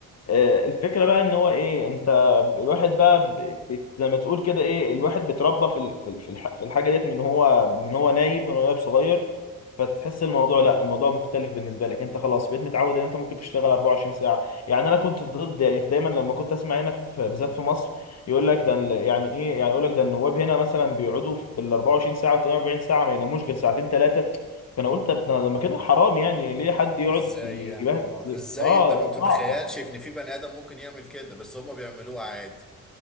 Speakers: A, on the left (about 50°); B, in the centre.
A: آه، الفكره بقى ان هو ايه انت الواحد بقى ب- بت- زي ما تقول كده ايه الواحد بيتربى في ال- في ال- في الح- في الحاجه ديت من هو من هو نايب من هو نايب صغير فتحس الموضوع لا الموضوع مختلف بالنسبه لك انت خلاص بقيت متعود ان انت ممكن تشتغل 24 ساعه يعني انا كنت ضد يعني في دايما لما كنت اسمع هنا في بالذات في مصر يقول لك ده ال- يعني ايه يعني يقول لك ده النواب هنا مثلا بيقعدوا في- بال 24 ساعه و 48 ساعه ما يناموش غير ساعتين ثلاثه فانا قلت طب ده- لما كده حرام يعني ليه حد يقعد
B: ازاي
A: ي-
B: يعني
A: يبهدل
B: اه ازاي
A: اه
B: انت ما بتتخيلش
A: صعبه
B: ان في بني ادم ممكن يعمل كده بس هما بيعملوه عادي